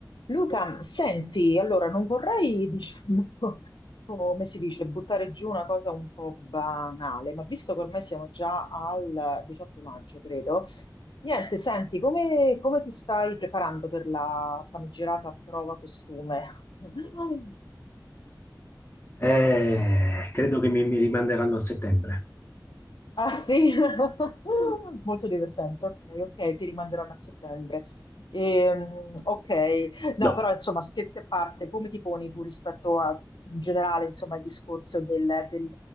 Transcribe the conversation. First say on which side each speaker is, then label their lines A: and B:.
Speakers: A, on the left; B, on the left.
A: Luca, senti, allora non vorrei, diciamo, <laughs> come si dice, buttare giù una cosa un po' banale, ma visto che ormai siamo già al 18 maggio, credo, niente, senti, come, come ti stai preparando per la famigerata prova costume? <laughs>
B: Eh, credo che mi, mi rimanderanno a settembre.
A: Ah sì, <laughs> molto divertente, ok, ok, ti rimanderanno a settembre. Ehm, ok, no,
B: No,
A: però insomma, scherzi a parte, come ti poni tu rispetto a, in generale, insomma, il discorso del, del-